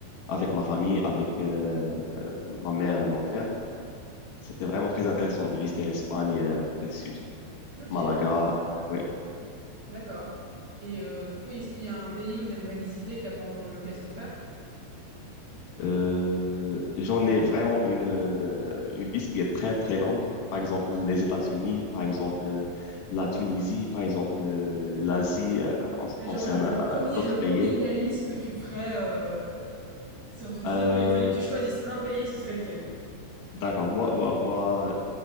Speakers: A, on the left (about 75°); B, on the right (about 50°).
A: avec ma famille, avec euh, ma mère et mon père. C'était vraiment très intéressant de visiter l'Espagne euh, côté sud,
B: Ok,
A: Malaga, oui.
B: d'accord. Et euh, du coup, est-ce qu'il y a un pays que t'aimerais visiter que t'as pas encore eu l'occasion de faire?
A: Euh, j'en ai vraiment une, euh, une liste qui est très, très longue. Par exemple, les États-Unis, par exemple, euh, la Tunisie, par exemple, euh, l'Asie, euh, en ce qui
B: Et
A: concerne
B: genre le,
A: euh,
B: le premier,
A: d'autres
B: le
A: pays.
B: premier de la liste que tu ferais, euh, si on te disait
A: Euh,
B: fallait, fallait que tu choisisses un pays, ce serait lequel?
A: d'accord, moi, moi, moi,